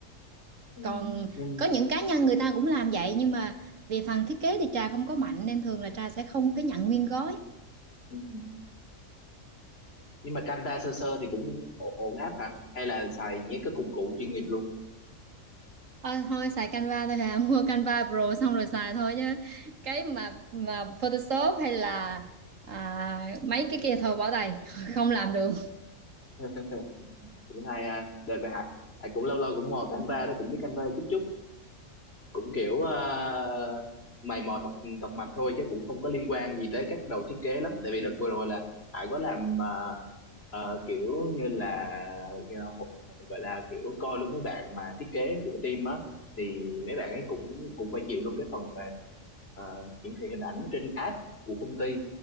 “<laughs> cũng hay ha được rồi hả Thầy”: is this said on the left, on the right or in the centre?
Left